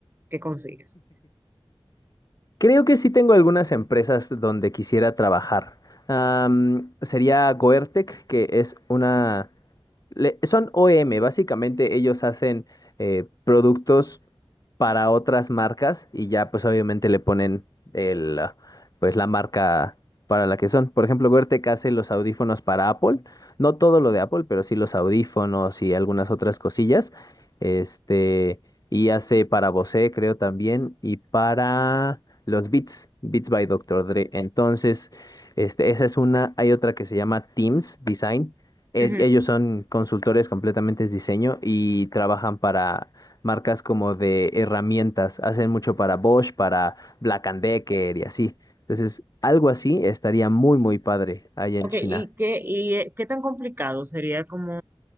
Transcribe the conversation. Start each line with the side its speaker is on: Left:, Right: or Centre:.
Right: qué consigues?
Left: Creo que sí tengo algunas empresas donde quisiera trabajar. Am, sería Goertec, que es una, le- son OEM, básicamente ellos hacen eh, productos para otras marcas y ya pues obviamente le ponen el ah, pues la marca para la que son. Por ejemplo, Goertek hace los audífonos para Apple, no todo lo de Apple, pero sí los audífonos y algunas otras cosillas. Este, y hace para Bose, creo también, y para los Beats, Beats by Dr. Dre. Entonces, este, esa es una, hay otra que se llama Teams Design e-
Right: Ujú.
Left: Ellos son consultores completamente de diseño y trabajan para marcas como de herramientas. Hacen mucho para Bosch, para Black and Decker y así. Entonces, algo así estaría muy, muy padre allá
Right: Ok,
Left: en China.
Right: ¿y qué, y, eh, qué tan complicado sería como